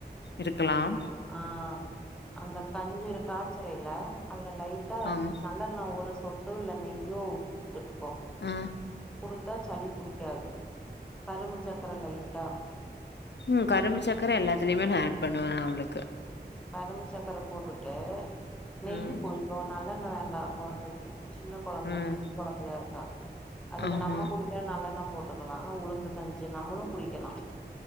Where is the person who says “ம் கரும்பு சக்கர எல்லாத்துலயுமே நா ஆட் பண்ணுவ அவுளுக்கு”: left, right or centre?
Left